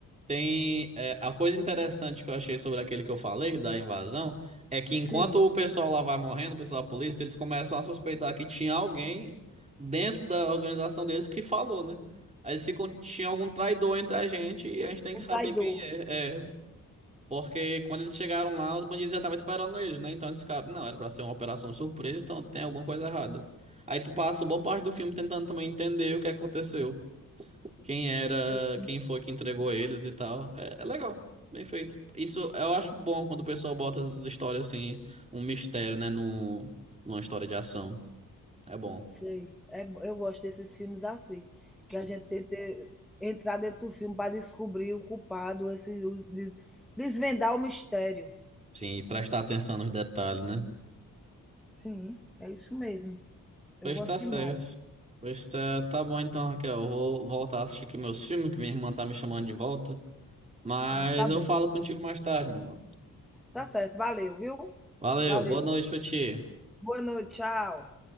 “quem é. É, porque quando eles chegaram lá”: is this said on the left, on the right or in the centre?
Right